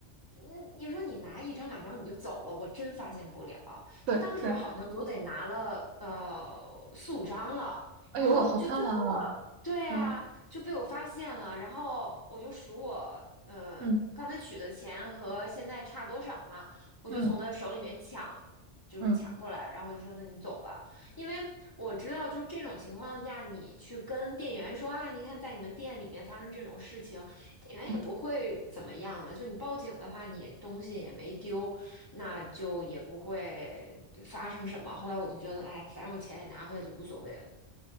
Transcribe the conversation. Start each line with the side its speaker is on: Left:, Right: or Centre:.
Left: 嗯，你说你拿一张两张你就走了，我真发现不了。
Right: 对对，
Left: 他当时好像都得拿了呃四五张了，
Right: 哎呦，
Left: 然后就最后了，
Right: 好贪婪哦，
Left: 对呀、
Right: 嗯
Left: 就被我发现了，然后我就数我呃刚才取的钱和现在差多少嘛，
Right: 嗯
Left: 我就从他手里面抢，
Right: 嗯
Left: 就是抢过来，
Right: 嗯
Left: 然后我就说那你走吧，因为我知道就是这种情况下，你去跟店员说啊，你看在你们店里面发生这种事情，店员也不会怎么样的，
Right: 嗯，
Left: 就你报警的话，你东西也没丢，那就也不会发生什么。后来我就觉得，哎，反正我钱也拿回来就无所谓了，